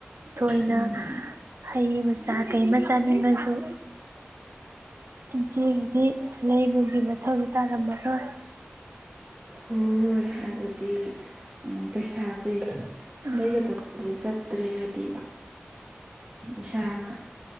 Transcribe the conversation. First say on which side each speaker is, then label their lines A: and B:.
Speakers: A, on the right (about 75°); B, on the right (about 25°).
A: ꯊꯣꯏꯅ
B: ꯎꯝ
A: ꯍꯩ ꯃꯆꯥ ꯀꯩꯃ ꯆꯥꯅꯤꯡꯉꯁꯨ ꯏꯆꯦꯒꯤꯗꯤ ꯂꯩꯕꯒꯤ ꯃꯊꯧꯗ ꯇꯥꯔꯝꯃꯔꯣꯏ
B: ꯍꯣꯏ ꯍꯣꯏ ꯍꯥꯏꯕꯗꯤ ꯎ ꯄꯩꯁꯥꯁꯦ
A: ꯎꯝ
B: ꯂꯩꯒꯗꯕꯁꯦ ꯆꯠꯇ꯭ꯔꯦ ꯍꯥꯏꯕꯗꯤ ꯏꯁꯥꯅ